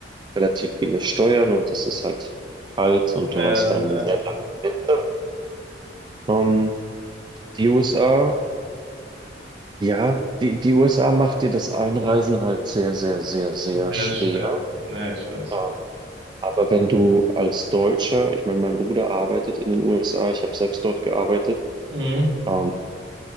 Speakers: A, on the right; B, on the right.
A: relativ viele Steuern und es ist halt kalt und
B: äh,
A: du hast einen sehr
B: äh,
A: langen Winter. Ähm, die USA, ja, die, die USA macht dir das Einreisen halt sehr, sehr, sehr, sehr
B: sehr
A: schwer.
B: schwer. Ja, ich weiß.
A: Ähm, Aber wenn du als Deutscher, ich meine, mein Bruder arbeitet in den USA, ich habe selbst dort gearbeitet,
B: Mhm.
A: ähm,